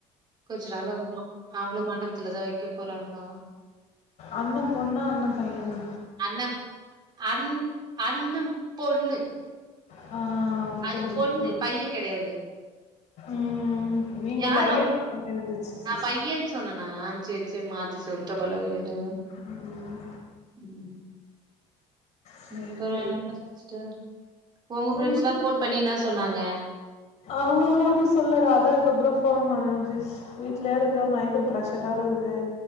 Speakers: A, on the right; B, on the left.
A: கொஞ்சு நாள்ல வருமா அவுங்குளு மண்டபத்துலதா வைக்க போறாங்ளா
B: அண்ண பொண்ணா அண்ணன் பையனா
A: அண்ண அன் அண்ணன் பொண்ணு
B: ஆ ஓகே
A: அது
B: சூப்பர்
A: பொண்ணு பையன் கெடையாது
B: ம் நீங்க
A: யாரோ
B: பையன் சொன் மாரி இருந்துச்சு
A: நா
B: சிஸ்
A: பையன்னு சொன்னனா செர் செர் மாத்தி சொல்ட்ட போல விடுங்க
B: ம்
A: ம்
B: சேரி
A: சூப்பரா
B: சேரி
A: இருந்தா சிஸ்டர் ஒங்க
B: ஒன்னு
A: பிரெண்ஸ்லா ஃபோன் பண்ணி இன்ன சொன்னாங்க
B: அவுங்களா ஒன்னு சொல்லடா அதா அதுக்கப்றோ ஃபோன் பண்ண சிஸ் வீட்லே இருக்க மைண்டு பிரெஷரா இருக்குது